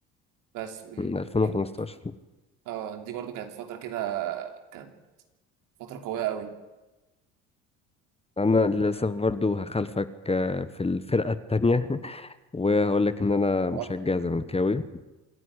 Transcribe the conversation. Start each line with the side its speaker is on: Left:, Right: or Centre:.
Right: بس م-
Left: من 2015
Right: كان اه دي برضو كانت فتره كده كانت فتره قويه قوي
Left: انا للاسف برضو هخالفك آه، في الفرقة التانية <laughs> وهقول لك ان انا مشجع
Right: آه،
Left: زملكاوي